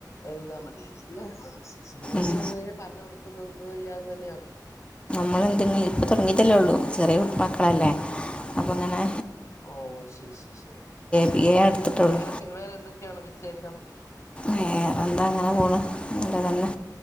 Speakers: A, on the left; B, on the left.
A: എഴുതാൻ മടീണ്ല്ലെ ആഹ് ശിരിശിരി വീട്ടിവന്നഴിഞ്ഞ
B: ഉം.
A: പറഞ്ഞൊടു- ക്കുന്നത് ഇയാൾ തന്നെയാണ്
B: നമ്മളെന്തെങ്കിലു ഇപ്പ തൊടങ്ങീട്ടല്ലൊള്ളു ചെറിയ കുട്ട്
A: ആ
B: മക്കളല്ലേ
A: ആ ആ
B: അപ്പങ്ങനെ
A: ഓ ശരി ശരി ശരി
B: ബി എ
A: പിന്നെ
B: എടുത്തിട്ടുള്ളൂ
A: വേറൊക്കെ വേറെന്തൊക്കെയാണ് വിശേഷം
B: വേറെന്താങ്ങനെ പോണ് നല്ലതന്നെ